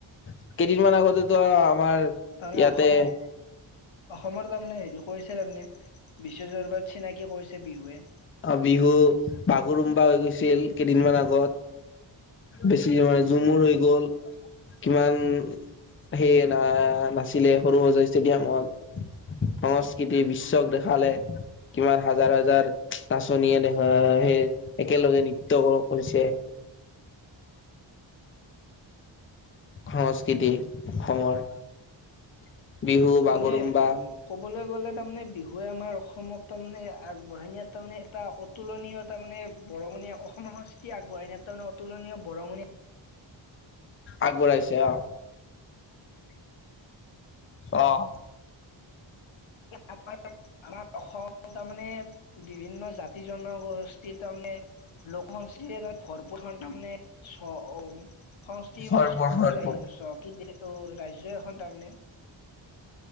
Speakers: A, on the left; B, on the left.
A: কেইদিনমান আগতেটো আমাৰ
B: তাৰ মানে
A: ইয়াতে
B: অসমত, অসমৰ তাৰ মানে হেৰি কৈছে তাৰ মানে, বিশ্বজৰবাত চিনাকি কৰিছে বিহুৱে।
A: অঁ বিহু বাগৰুম্বা হৈ গৈছিল কেইদিনমান আগত, বেছি মান ঝুমুৰ হৈ গ'ল, কিমান সেই নাছিলে সৰু সজাই ষ্টেডিয়ামত সংস্কৃতিক বিশ্বক দেখালে, কিমান হাজাৰ হাজাৰ নাচনীয়ে দেখা সেই একেলগে নৃত্য ক কৰিছে। সংস্কৃতি, অসমৰ <unintelligible> বিহু বাগৰুম্বা
B: এনে উম ক'বলৈ গ'লে তাৰমানে বিহুৱে আমাৰ অসমক তাৰমানে আগবঢ়াই নিয়াত তাৰ মানে এটা অতুলনীয় তাৰ মানে বৰঙণি অসম সংস্কৃতি আগবঢ়াই নিয়াত তাৰ মানে অতুলনীয় বৰঙণি
A: আগবঢ়াইছে অ
B: <unintelligible>
A: অঁ
B: আমাৰ আমাৰ অসম তাৰ মানে বিভিন্ন জাতি-জনগ <unintelligible> লোক-সংস্কৃ ভৰপূৰখন তাৰ মানে চ অম সংস্কৃতি
A: ভৰপুৰ
B: মই চহকী
A: ভৰপুৰ
B: ৰাই চহকীত দিশে তৌ ৰাজ্য এখন তাৰ মানে